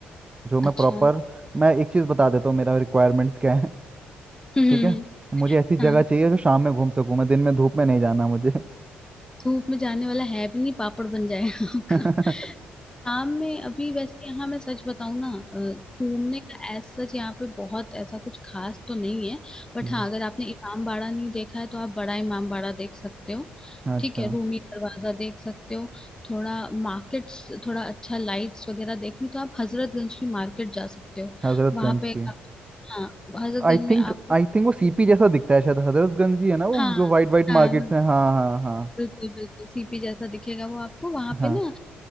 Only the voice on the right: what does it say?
जो मैं
प्रॉपर मैं एक चीज़ बता देता हूँ मेरा रिक्वायरमेंट्स क्या है
ठीक है मुझे ऐसी जगह
चाहिए जो शाम में घूम सकूँ मैं दिन में धूप में नहीं जाना मुझे
<laughs> हाँ
हम्म,
अच्छा
हजरतगंज
की
आई
थिंक
आई थिंक वो सीपी जैसा दिखता है शायद हजरतगंज ही है ना वो
जो वाइट वाइट
मार्केट्स हैं हाँ हाँ हाँ
हाँ